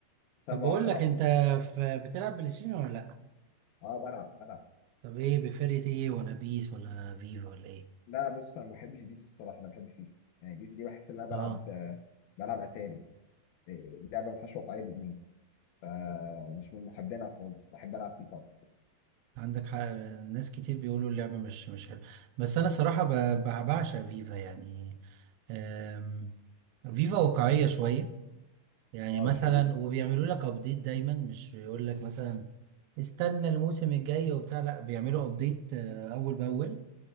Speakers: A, on the left; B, on the right.
A: بس
B: طب
A: انا ما
B: بقول
A: بعرفش
B: لك
A: العب
B: انت
A: باسكت
B: في... بتلعب بلاي ستيشن ولا لا
A: اه بلعب بلعب
B: طب ايه بفرقه ايه ولا بيس ولا فيفا ولا ايه
A: لا بص انا ما بحبش بيس الصراحه انا بحب فيفا يعني بيس دي بحس ان انا بلعب
B: اه
A: آه، بلعب اتاري آه، لعبه ما فيهاش واقعيه بجنيه فمش من محبينها خالص بحب العب فيفا أكتر.
B: عندك حق ناس كتير بيقولوا اللعبة مش مش حلوة بس أنا صراحة ب- ب- بعشق فيفا يعني أم، فيفا واقعية شوية يعني
A: اه
B: مثلا
A: ده حقيقي
B: وبيعملوا لك أبديت دايما مش بيقول لك مثلا استنى الموسم الجاي وبتاع لا بيعملوا أبديت آه، أول بأول